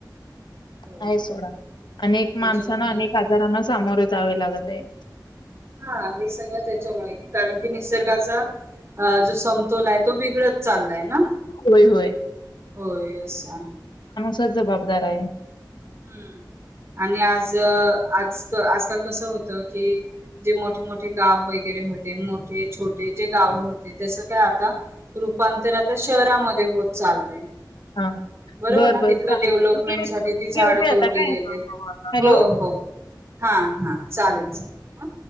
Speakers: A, on the right (about 40°); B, on the left (about 80°).
A: हो
B: आहे सोडा अनेक
A: त्याच्यामुळे
B: माणसा अनेक आजारां सामोर येत जावे लागत आहे
A: हा हे सगळं त्याच्या मा कारण की निसर्गाचा अ जो समतोल आहे तो बिघडत चाललाय ना
B: होय होय
A: होय असस आहे
B: त जबाबदार आहे
A: हम्म आणि आज आज आजकाल कसं होतं की जे मोठे मोठे गाव वगैरे होते मोठे छोटे जे गावं होते जसं काय आता तु रूपांतर आता शहरामध्ये होत चाललंय
B: हा
A: बरोबर
B: बर
A: ना
B: बर
A: तिथलं
B: चा
A: डेव्हलपमेंट
B: मी
A: साठी झाड
B: ठेवते
A: तोडली
B: आता काय
A: गेले
B: हॅलो
A: हो हो हा हा चालेल चालेल ह